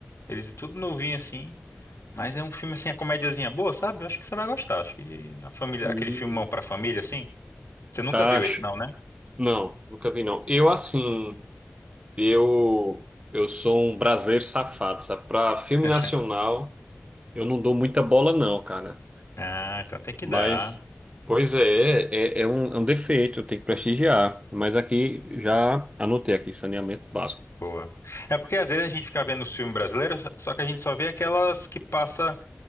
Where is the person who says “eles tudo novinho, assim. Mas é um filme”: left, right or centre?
Left